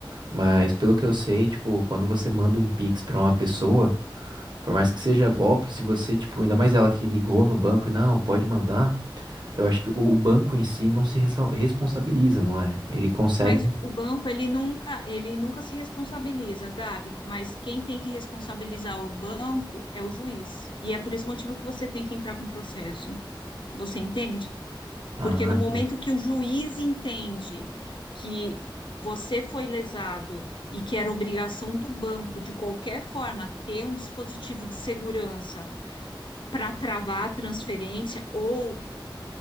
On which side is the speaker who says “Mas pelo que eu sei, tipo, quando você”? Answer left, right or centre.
Right